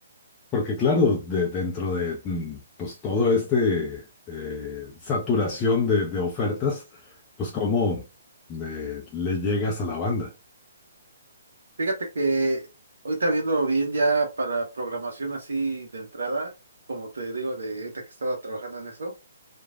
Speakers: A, on the left; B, on the right.
A: porque claro, de- dentro de mm, pues, todo este eh, saturación de, de ofertas, pues cómo eh, le llegas a la banda.
B: Fíjate que ahorita viéndolo bien ya para programación así de entrada, como te digo, de ahorita que estaba trabajando en eso,